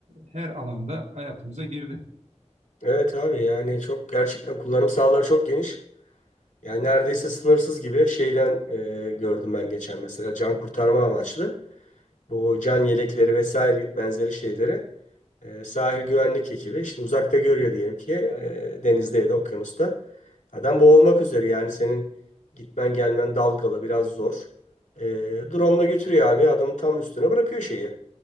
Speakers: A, on the right; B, on the left.
A: her alanda hayatımıza girdi.
B: Evet abi yani çok gerçekten kullanım sahaları çok geniş. Yani neredeyse sınırsız gibi şeyden e, gördüm ben geçen mesela can kurtarma amaçlı. bu can yelekleri vesaire benzeri şeyleri e, sahil güvenlik ekibi şimdi uzakta görüyor diyelim ki e, denizde ya da okyanusta. Adam boğulmak üzere yani senin gitmen gelmen dalgalı biraz zor. E, drone'la götürüyor abi adamın tam üstüne bırakıyor şeyi.